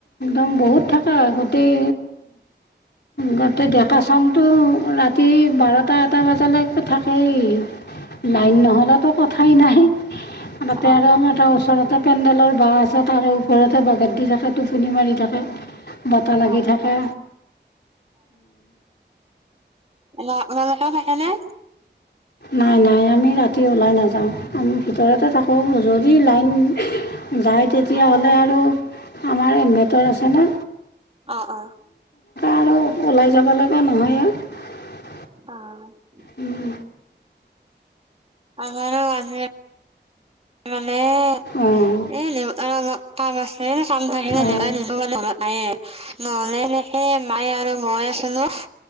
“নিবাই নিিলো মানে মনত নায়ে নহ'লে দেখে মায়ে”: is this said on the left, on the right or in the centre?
Right